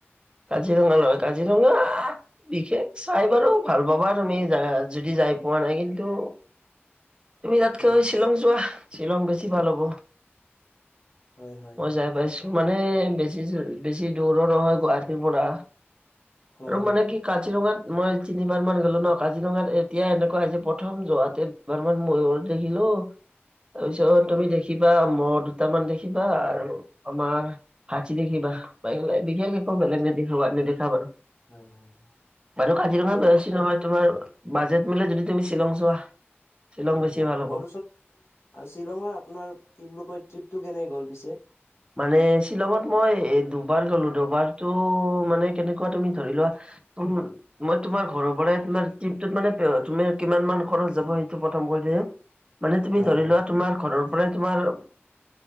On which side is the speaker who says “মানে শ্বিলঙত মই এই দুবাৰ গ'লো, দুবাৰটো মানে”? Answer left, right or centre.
Right